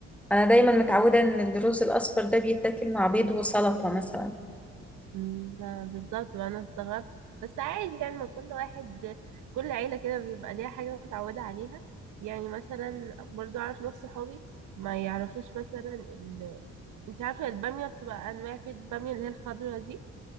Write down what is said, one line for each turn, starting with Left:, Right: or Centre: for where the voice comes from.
Centre: انا دايما متعوده ان الرز الاصفر ده بيتاكل مع بيض وسلطه مثلا
Right: مم، ب- بالظبط بقى انا استغربت بس عادي يعني ما كل واحد كل عيله كده بيبقى ليها حاجه متعوده عليها يعني مثلا برضو اعرف ناس صحابي ما يعرفوش مثلا ال... انت عارفه الباميه بتبقى انواع في الباميه اللي هي الخضرا دي